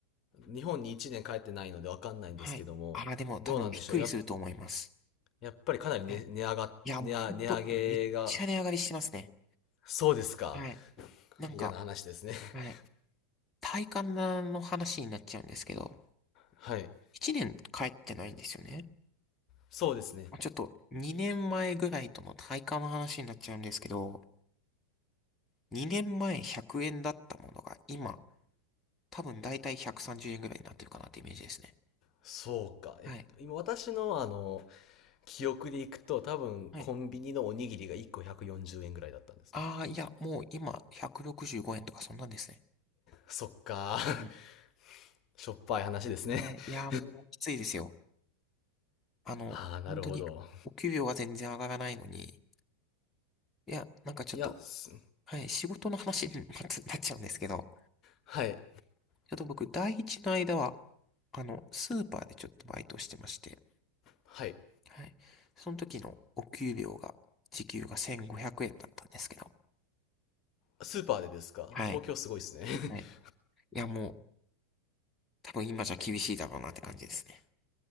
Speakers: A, on the left; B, on the left.
A: 日本に1年帰ってないのでわかんないんですけども、
B: はい。ああ、でも多分びっくりすると思います。
A: どうなんでしょう。や、やっぱりかなり値、
B: はい
A: 値上が、
B: いや、
A: 値上、
B: もうほんと、
A: 値上げが、
B: めっちゃ値上がりしてますね。
A: そうですか。
B: はい。なんか、
A: 嫌な話ですね。<laughs>
B: はい。体感の話になっちゃうんですけど、
A: はい。
B: 1年帰ってないんですよね。
A: そうですね。
B: まあ、ちょっと2年前ぐらいとの体感の話になっちゃうんですけど、2年前100円だったものが今、多分だいたい130円ぐらいになってるかなってイメージですね。
A: そうか。えっと、
B: はい。
A: 今私のあの、記憶でいくと多分コンビニのおにぎりが1個140円ぐらいだったんですね。
B: はい。ああ、いや、もう今165円とかそんなんですね。
A: そっか。<laughs>
B: はい。
A: しょっぱい話ですね。
B: はいいや、
A: <laughs>
B: もうきついですよ。あの、
A: ああ、なるほど。
B: 本当にお給料が全然上がらないのに、いや、なんかちょっと、
A: いや、す
B: はい、仕事の話に <laughs> またなっちゃうんですけど、
A: はい。
B: ちょっと僕、第一の間は、あの、スーパーでちょっとバイトをしてまして、
A: はい。
B: はい。その時のお給料が、時給が1500円だったんですけど、
A: スーパーでですか東京すごいですね。
B: はい。はい。
A: <laughs>
B: いや、もう、多分今じゃ厳しいだろうなって感じですね。